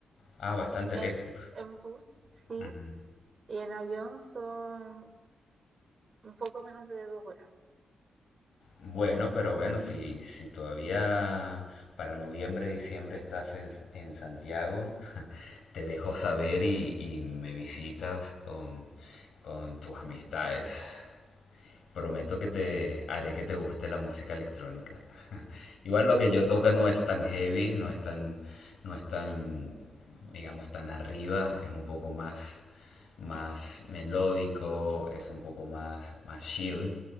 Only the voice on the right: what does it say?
en,
en bus, sí,
y en avión son un poco menos de dos horas.